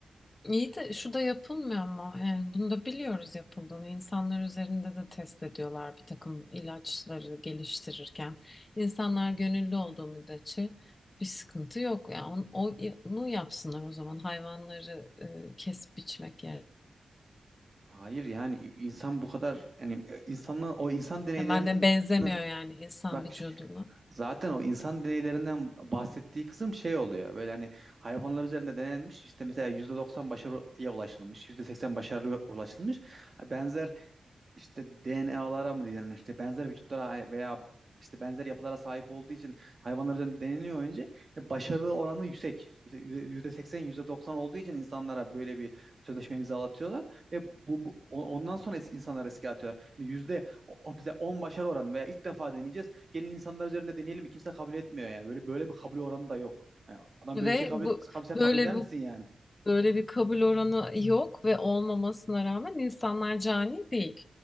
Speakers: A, on the left; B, on the right.
A: İyi de şu da yapılmıyor mu? Yani bunu da biliyoruz yapıldığını. İnsanlar üzerinde de test ediyorlar bir takım ilaçları geliştirirken. İnsanlar gönüllü olduğu müddetçe bir sıkıntı yok. Yani on- o- onu yapsınlar o zaman hayvanları e, kesip biçmek yerine.
B: Hayır yani insan bu kadar yani e, insanın o insan deneylerinin
A: E, madem benzemiyor
B: nasıl
A: yani insan
B: bak
A: vücuduna.
B: Zaten o insan deneylerinden bahsettiği kısım şey oluyor. Böyle hani hayvanlar üzerinde denenmiş. işte mesela %90 başarıya ulaşılmış, %80 başarıya ulaşılmış. Benzer işte DNA'lara mı diyelim işte benzer vücutlara veya işte benzer yapılara sahip olduğu için hayvanlar üzerinde deneniyor önce. E, Başarı oranı yüksek. Yüzde- yüzde %80, %90 olduğu için insanlara böyle bir sözleşme imzalatıyorlar ve bu, bu- o- ondan sonra es- insanlar riske atıyorlar. Yani yüzde o- o- bize 10 başarı oranı veya ilk defa deneyeceğiz. Gelin insanlar üzerinde deneyelim. Kimse kabul etmiyor yani. Böyle böyle bir kabul oranı da yok. Yani adam
A: Ve
B: böyle bir şey kabul
A: bu
B: et, kabul- sen
A: böyle
B: kabul eder
A: bu
B: misin yani?
A: böyle bir kabul oranı yok ve olmamasına rağmen insanlar cani değil.